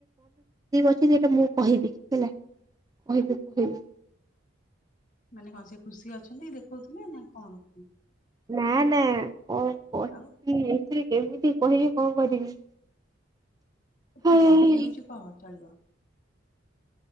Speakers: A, on the right; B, on the left.
A: ଅଛି ଯେ ଏଟା ମୁଁ କହିବି ହେଲା କହିବି କହିବି
B: ମାନେ କଣ ସେ ଖୁସି ଅଛନ୍ତି ଦେଖୋଉଥିଲେ ନା କଣ?
A: ନା ନା କଣ କହିବି
B: ଆଉ
A: ଏଥିରେ କେମିତି କହିବି କଣ କରିବି? ହେଇ
B: ତୁ ଯାହାବି ହଉଛୁ କହ ଚଳିବ?